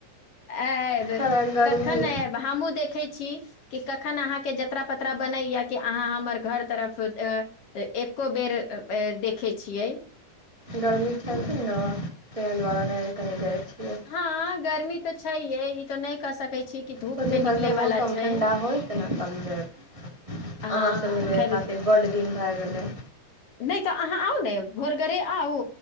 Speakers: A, on the left; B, on the right.
A: आऐब
B: थोड़ा गर्मी
A: कखन ने आऐब। हमहू देखै छी। कि कखन आहाँ के जतरा -पतरा बनैए कि आहाँ हमर घर तरफ। तऽ एको बेर देखै छियै।
B: गर्मी छैथि
A: हँ
B: न तेैय दवारे नै कही जाय छियै।
A: हँ गर्मी तऽ छैये ई तऽ नैय कैह सकै छी। कि धूप
B: सोचे
A: मे निकले
B: थोड़ मौसम
A: वाला छै
B: ठण्डा होयतऽ ना तब जाइत।
A: हँ
B: अहाँ से मिलै
A: खैर
B: खातिर बड दिन भए गेलै।
A: नैय तऽ आहाँ आउ ने भोरगरे आउ।